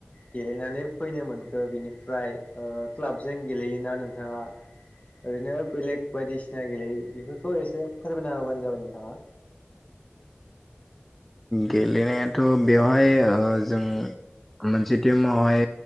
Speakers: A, on the left; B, in the centre.
A: गेलेनानै फैनो मोनखो बिनिफ्राय ओ क्लाबजों गेलेयोना नोंथाङा? ओरैनो बेलेग बायदिसिना गेलेयो बेफोर थ' एसे फोरमायना होबानो जाबाय नोंथाङा।
B: गेलेनायाथ' बेवहाय ओ जों मोनसे टिमावहाय